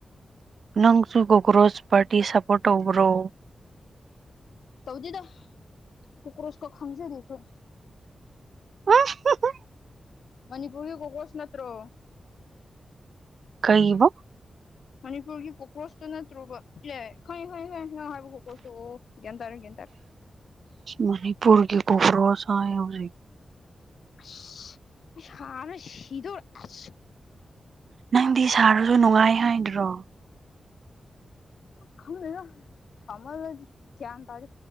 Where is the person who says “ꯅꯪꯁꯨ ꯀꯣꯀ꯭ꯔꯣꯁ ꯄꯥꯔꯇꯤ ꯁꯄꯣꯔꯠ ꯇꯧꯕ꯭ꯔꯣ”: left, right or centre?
Right